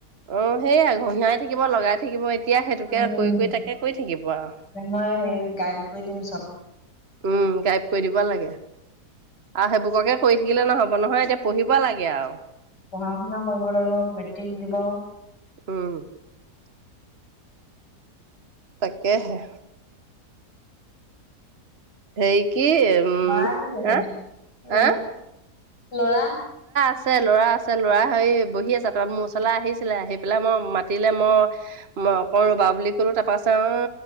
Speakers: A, on the right; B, on the left.
A: অহ' সেইয়াই ঘঁহিয়াই থাকিব লগাই থাকিব এত এতিয়া সেইটোকে,
B: উম,
A: কৰি কৰি তাকে কৰি থাকিব আৰু।
B: মই হেৰি গাইড কৰি দিম চব।
A: উম, গাইব কৰি দিব লাগে আৰু সেইবুককে কৰি থাকিলে নহব নহয়, এতিয়া পঢ়িব লাগে আৰু।
B: পঢ়া শুনা কৰিব লাগিব, মেট্ৰিক দিব।
A: উম তাকেহে সেই কি উম
B: ল'ৰা কি কৰিছে?
A: এ
B: ল'ৰা
A: হা <inaudible>
B: লৰা
A: আছে লৰা আছে লৰা হেৰি বহি আছে ত মোৰ ওচৰলে আহিছিলে আহি পেলাই ম মাতিলে ম মই অকণ ৰবা বুলি কলো তাৰপাছে অ